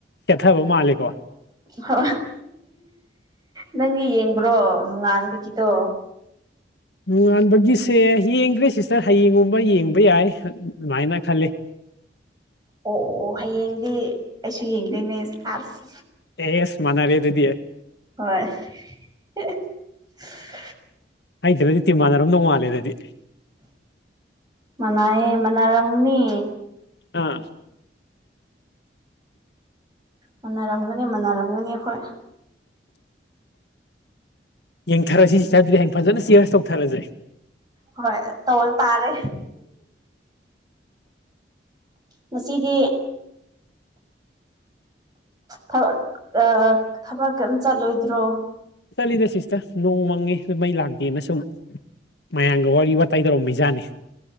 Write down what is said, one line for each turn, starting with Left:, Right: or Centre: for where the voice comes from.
Left: ꯆꯦꯊꯕ ꯃꯥꯜꯂꯦ
Right: ꯍ ꯅꯪꯒꯤ ꯌꯦꯡꯕ꯭ꯔꯣ ꯅꯣꯡꯉꯥꯟꯕꯒꯤꯗꯣ
Left: ꯅꯣꯡꯉꯥꯟꯕꯒꯤꯁꯦ ꯌꯦꯡꯗ꯭ꯔꯦ ꯁꯤꯁꯇꯔ ꯍꯌꯦꯡꯒꯨꯝꯕ ꯌꯦꯡꯕ ꯌꯥꯏ ꯑꯗꯨꯃꯥꯏꯅ ꯈꯜꯂꯤ
Right: ꯑꯣ ꯑꯣ ꯍꯌꯦꯡ ꯗꯤ ꯑꯩꯁꯨ ꯌꯦꯡꯗꯣꯏꯅꯦ ꯑꯥꯞꯁ
Left: ꯑꯦꯁ ꯃꯅꯔꯦ ꯑꯗꯨꯗꯤꯌꯦꯦ
Right: ꯍꯣꯏ <unintelligible>
Left: ꯍꯩꯇ꯭ꯔꯗꯤ ꯇꯤ ꯃꯥꯟꯅꯔꯝ ꯅꯧ ꯃꯥꯜꯂꯦ ꯑꯗꯨꯗꯤ
Right: ꯃꯅꯥꯑꯦ ꯃꯅꯥꯔꯝꯅꯤ
Left: ꯑꯥ
Right: ꯃꯟꯅꯔꯝꯒꯅꯤ ꯃꯅꯔꯝꯒꯅꯤ ꯑꯩꯈꯣꯏ
Left: ꯌꯦꯡꯊꯔꯁꯤ ꯁꯗꯨꯗꯤ ꯍꯌꯦꯡ ꯐꯖꯅ ꯁꯤꯌꯥꯔꯁ ꯇꯧꯊꯔꯁꯦ
Right: ꯍꯣꯏ ꯇ ꯇꯥꯔꯦ ꯉꯁꯤꯒꯤ ꯊꯕꯛ ꯊꯕꯛꯝ ꯆꯠꯂꯣꯏꯗ꯭ꯔꯣ
Left: ꯆꯠꯂꯤꯗ ꯁꯤꯁꯇ ꯅꯣꯡ ꯃꯪꯉꯦ ꯃꯩ ꯂꯥꯛꯇꯦꯅ ꯁꯨꯝ ꯃꯌꯥꯝꯒ ꯋꯥꯔꯤ ꯋꯥꯇꯥꯏ ꯇꯧꯔꯝꯃꯤꯩꯖꯥꯠꯅꯤ